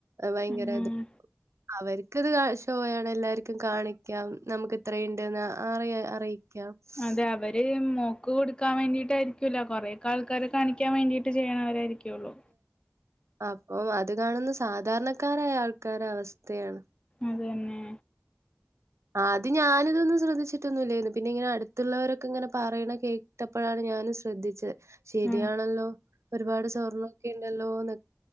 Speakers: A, on the right; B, on the left.
A: ഭയങ്കര
B: ഉം
A: ത് അവർക്ക്ത് ഷോയാണ് എല്ലാർക്കും കാണിക്കാം നമുക്ക് ഇത്രയുണ്ടെന്ന് അ അറിയി <unintelligible>
B: അതെ അവര് മോക്ക് കൊടുക്കാൻ വേണ്ടീട്ടായ്രിക്കൂല്ല കൊറെയൊക്കെ ആൾക്കാരെ കാണിക്കാൻ വേണ്ടി ചെയ്യ്ണ വരായ്രിക്കോള്ളൂ
A: അപ്പം അത് കാണുന്ന സാധാരണക്കാരായ ആൾക്കാരെ അവസ്ഥയാണ്
B: അതന്നെ
A: ആ അത് ഞാന് തൊന്നും ശ്രദ്ധിച്ചിട്ടൊന്നുംല്ലാരുന്നു പിന്നെ ഇങ്ങനെ അടുത്ത്ള്ളവരൊക്കെ ഇങ്ങനെ പറയ്ണേ കേട്ടപ്പോഴാണ് ഞാനും ശ്രദ്ധിച്ചേ ശരിയാണല്ലോ
B: ഉം
A: ഒരുപാട് സ്വർണ്ണൊക്കെ ഉണ്ടല്ലോന്ന്